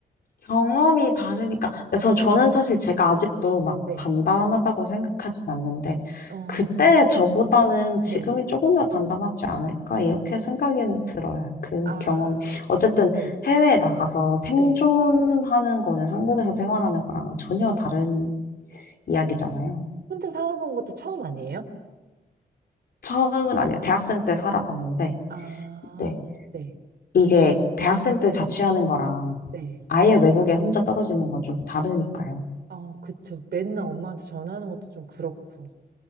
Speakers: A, on the left; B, on the right.
A: 경험이 다르니까. 그래서 저는
B: 음,
A: 사실 제가 아직도 막
B: 네.
A: 단단하다고 생각하진 않는데,
B: 어,
A: 그때 저보다는 지금이
B: 네.
A: 조금 더 단단하지 않을까, 이렇게 생각이 들어요. 그
B: 아,
A: 경험. 어쨌든
B: 네.
A: 해외에 나가서 생존하는
B: 네.
A: 거는 한국에서 생활하는 거랑은 전혀 다른 이야기잖아요.
B: 혼자 살아본 것도 처음 아니에요?
A: 처음은 아니에요. 대학생 때 살아봤는데,
B: 아,
A: 네.
B: 네.
A: 이게 대학생 때 자취하는 거랑
B: 네.
A: 아예 외국에 혼자 떨어지는 건 좀 다르니까요.
B: 어, 그쵸. 맨날 엄마한테 전화하는 것도 좀 그렇고.